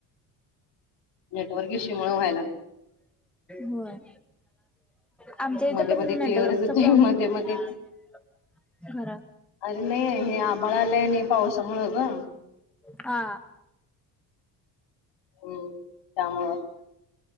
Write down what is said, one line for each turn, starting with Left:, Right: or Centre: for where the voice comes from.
Left: नेटवर्क इश्यू, मूळ व्हाय लागलय
Centre: होय. आमच्या इथे
Left: मध्ये
Centre: पण
Left: मध्ये क्लिअरच
Centre: नेटवर्क
Left: येतोय
Centre: च प्रॉब्लेम
Left: मध्ये
Centre: आहे.
Left: मध्ये
Centre: घरात
Left: अरे, नाही हे आभाळ आलंय नाही. पावसा मूळ ग
Centre: आ,?
Left: हम्म, ! त्यामूळ